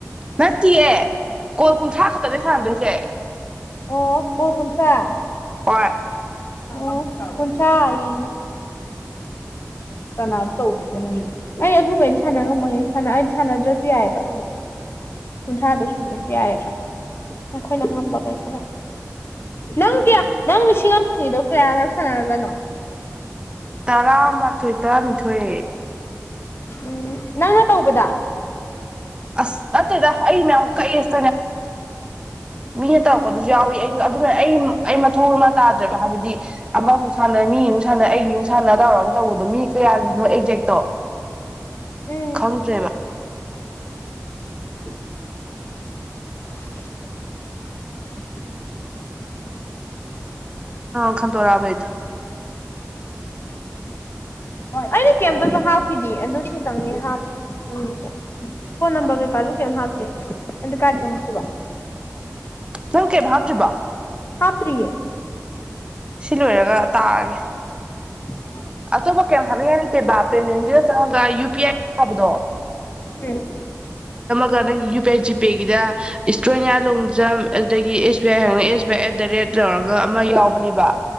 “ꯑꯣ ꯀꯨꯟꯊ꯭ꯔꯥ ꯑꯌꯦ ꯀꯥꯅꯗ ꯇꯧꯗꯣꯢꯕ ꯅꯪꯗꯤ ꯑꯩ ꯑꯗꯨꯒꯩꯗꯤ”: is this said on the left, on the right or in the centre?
Left